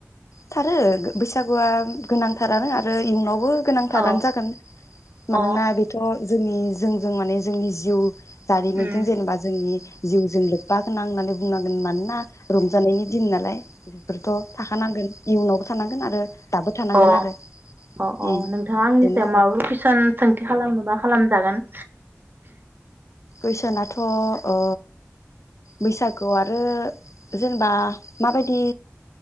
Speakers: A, on the left; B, on the right.
A: थारो बैसागुआ गोनांथारानो आरो इयुनाव न'आवबो गोनांथारानो
B: औ
A: जागोन मानोना
B: अ
A: जोंनि जोंजों माने जोंनि जिउ जारिमिनजों
B: उम
A: जेनेबा जोंनि जिउजों लोब्बा गोनां होननानै बुंनांगोन मानोना रंजानायनि दिन नालाय बेफोरथ' थाखानांगोन इयुनावबो थानांगोन आरो दाबो थानांगोन
B: ओम अ
A: आरो
B: अ अ
A: उम
B: नोंथाङा आंनि
A: बेनो
B: सायाव
A: आरो
B: माबाफोर कुइसन सोंथि खालामनोबा खालामजागोन
A: कुइसनाथ' अ बैसागुआव आरो जेनेबा माबायदि